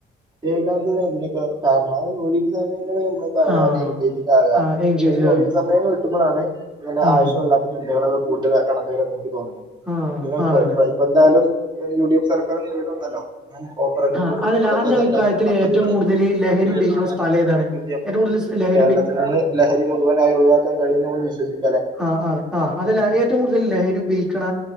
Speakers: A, on the right; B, in the centre.
A: ഏകാന്തത ഇതിനൊക്കെ കാരണം അത് ജോലിയും കാര്യങ്ങള് ഇന്ന് പരമാവധി
B: ആ
A: എൻഗേജ്ഡ് ആക
B: ആ എൻഗേജ്
A: ഒരൊഴിവ്
B: ആകും
A: സമയം കിട്ടുമ്പോഴാണ് ഇങ്ങനെ
B: ഉം
A: ആവശ്യമില്ലാത്ത ചിന്തകളൊക്കെ കൂടുതല് കടന്നുവരാൻ തൊടങ്ങണത് തോന്നണുപിന്നെ
B: ആ അതാണ് അതാണ്
A: ഇ ഇപ്പ ഇപ്പ എന്തായാലും യു ഡി എഫ് സർക്കാർ നിലവിൽ വന്നല്ലോ ഓപ്പറേഷൻ
B: ആ
A: തൂഫാൻ
B: അതല്ല
A: പോലത്തെ
B: അന്റെ അഭിപ്രായത്തില്
A: നല്ല നല്ല പദ്ധതികള്
B: ഏറ്റവും കൂടുതല് ലഹരി
A: കൊണ്ടുവരുന്നോണ്ട്
B: ഉപയോഗിക്കുന്ന
A: തന്നെ
B: സ്ഥലം ഏതാണ്
A: നമുക്ക് എന്ത് ചെയ്യാൻ പറ്റും
B: ഏറ്റവും കൂടുതല് ലഹ
A: കേരളത്തിൽ നിന്ന് ലഹരി മുഴുവനായി ഒഴിവാക്കാൻ കഴിയുംന്നുള്ളത് വിശ്വസിക്കുന്നു.
B: ആ ആണ് ആ അതല്ല ഏറ്റവും കൂടുതല് ലഹരി ഉപയോഗിക്കണ